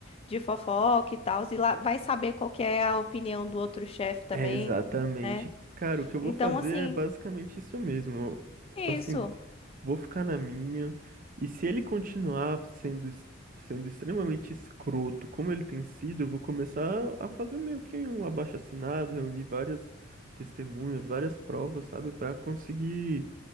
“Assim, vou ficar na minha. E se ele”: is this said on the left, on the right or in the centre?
Right